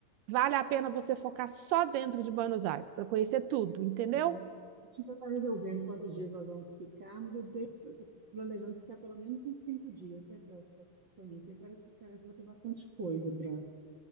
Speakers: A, on the right; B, on the right.
A: vale a pena você focar só dentro de Buenos Aires para conhecer tudo, entendeu?
B: é, a gente ainda está resolvendo quantos dias nós vamos ficar, mas eu estou planejando ficar pelo menos uns cinco dias, né? Para conhecer, parece que parece que tem bastante coisa para